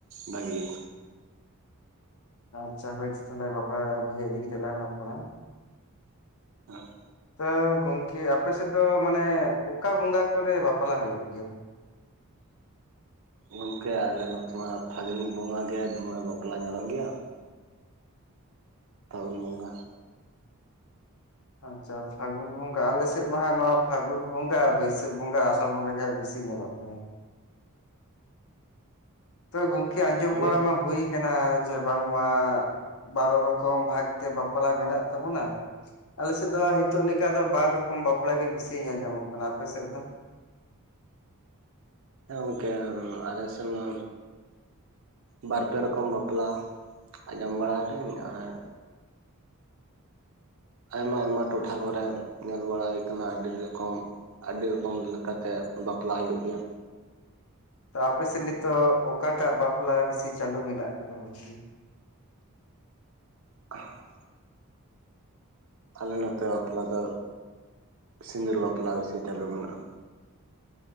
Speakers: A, on the right (about 65°); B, on the left (about 75°).
A: ᱵᱷᱟᱜᱤ ᱜᱮ
B: ᱟᱪᱷᱟ ᱦᱳᱭ ᱛᱚ ᱛᱟᱦᱞᱮ ᱵᱟᱯᱞᱟ ᱵᱤᱦᱟᱹ ᱤᱫᱤ ᱠᱟᱛᱮᱜ ᱞᱟᱝ ᱨᱚᱯᱚᱲᱟ
A: ᱦᱮᱸ
B: ᱛᱚ ᱜᱚᱝᱠᱮ ᱟᱯᱮᱥᱮᱫ ᱫᱚ ᱢᱟᱱᱮ ᱚᱠᱟ ᱵᱚᱸᱜᱟ ᱠᱚᱨᱮ ᱵᱟᱯᱞᱟ ᱦᱳᱭᱳᱜ ᱜᱮᱭᱟ?
A: ᱜᱚᱝᱠᱮ ᱟᱞᱮ ᱱᱚᱛᱮ ᱢᱟ ᱯᱷᱟᱹᱜᱩᱱ ᱵᱚᱸᱜᱟ ᱜᱮ ᱫᱚᱢᱮ ᱵᱟᱯᱞᱟ ᱧᱮᱞᱚᱜ ᱜᱮᱭᱟ᱾ ᱯᱷᱟᱹᱜᱩᱱ ᱵᱚᱸᱜᱟ
B: ᱟᱪᱪᱷᱟ ᱯᱷᱟᱜᱩᱱ ᱵᱚᱸᱜᱟ ᱟᱞᱮᱥᱮᱜ ᱢᱟ ᱦᱟᱜ ᱱᱚᱣᱟ ᱯᱷᱟᱜᱩᱱ ᱵᱚᱸᱜᱟ ᱵᱟᱹᱭᱥᱟᱹᱠᱷ ᱵᱚᱸᱜᱟ ᱟᱥᱟᱲ ᱵᱚᱸᱜᱟ ᱜᱮ ᱵᱮᱥᱤ ᱥᱤ ᱧᱮᱞᱚᱜ ᱜᱮᱭᱟ ᱛ ᱜᱚᱝᱠᱤ ᱟᱸᱡᱚᱢ
A: ᱦᱳᱭᱳᱜ
B: ᱵᱟᱲᱟᱟ ᱢᱟ ᱦᱩᱭ ᱠᱟᱱᱟ ᱡᱮ ᱵᱟᱝ ᱢᱟ ᱵᱟᱨᱚ ᱨᱚᱠᱚᱢ ᱵᱷᱟᱜᱽ ᱛᱮ ᱵᱟᱯᱞᱟ ᱢᱮᱱᱟᱜ ᱛᱟᱵᱚᱱᱟ ᱟᱞᱮᱥᱮᱫ ᱫᱚ ᱦᱟᱜ ᱦᱤᱛᱚᱜ ᱞᱮᱠᱟ ᱫᱚ ᱵᱟᱨ ᱨᱚᱠᱚᱢ ᱵᱟᱯᱞᱟ ᱜᱮ ᱵᱤᱥᱤ ᱧᱮᱞ ᱧᱟᱢᱚᱜ ᱠᱟᱱᱟ, ᱟᱯᱮᱥᱮᱫ ᱫᱚ?
A: ᱦᱮᱸ ᱜᱚᱝᱠᱮ ᱟᱞᱮ ᱥᱮᱫ ᱢᱟ ᱵᱟᱨᱯᱮ ᱨᱚᱠᱚᱢ ᱵᱟᱯᱞᱟ ᱟᱸᱡᱚᱢ ᱵᱟᱲᱟ ᱟᱠᱟᱹᱧ ᱟᱨ ᱟᱭᱢᱟ ᱟᱭᱢᱟ ᱴᱚᱴᱷᱟ ᱠᱚᱨᱮᱜ ᱧᱮᱞ ᱵᱟᱲᱟ ᱦᱩᱭ ᱠᱟᱱᱟ ᱟᱹᱰᱤ ᱨᱚᱠᱚᱢ ᱟᱹᱰᱤ ᱨᱚᱠᱚᱢ ᱞᱮᱠᱟᱛᱮ ᱵᱟᱯᱞᱟ ᱦᱩᱭᱩᱜ ᱜᱮᱭᱟ᱾
B: ᱛᱚ ᱟᱯᱮᱥᱮᱫ ᱱᱤᱛᱚᱜ ᱚᱠᱟᱴᱟᱜ ᱵᱟᱯᱞᱟ ᱵᱤᱥᱤ ᱪᱟᱹᱞᱩ ᱢᱮᱱᱟᱜ ᱠᱟᱫᱟ ᱜᱚᱝᱠᱮ?
A: <inaudible> ᱟᱞᱮ ᱱᱚᱛᱮ ᱵᱟᱯᱞᱟ ᱫᱚ ᱥᱤᱸᱫᱩᱨ ᱵᱟᱯᱞᱟ ᱵᱤᱥᱤ ᱪᱟᱹᱞᱩ ᱢᱮᱱᱟᱜ-ᱟ᱾